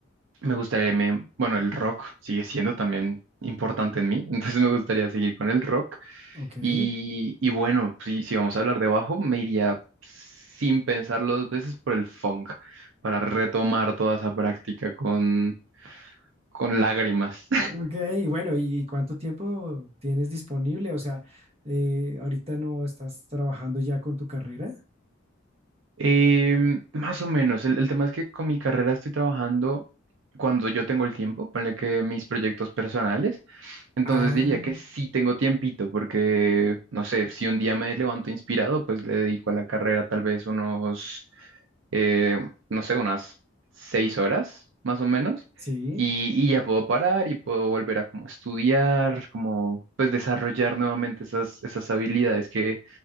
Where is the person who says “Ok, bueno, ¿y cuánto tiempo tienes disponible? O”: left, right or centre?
Right